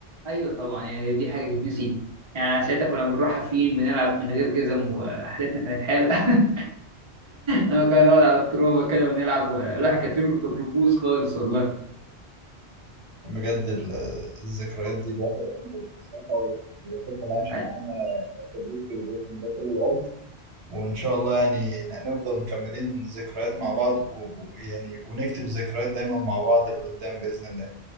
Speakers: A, on the right; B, on the right.
A: ايوه طبعا يعني دي حاجه تتنسي يعني ساعتها كنا بنروح حافيين بنلعب من غير جزم وحالتنا كانت حاله <laughs> لما كنا نقعد على الترابه كده ونلعب الواحد كانت رجله كانت بتبوظ خالص والله
B: بجد ال- الذكريات دي الواحد عمره ما ينساها ويفضل عايشة
A: أ-
B: معانا في البيت في بإذن الله طول العمر وإن شاء الله يعني ن- نفضل مكملين ذكريات مع بعض ويعني ونكتب ذكريات دايما مع بعض لقدام بإذن الله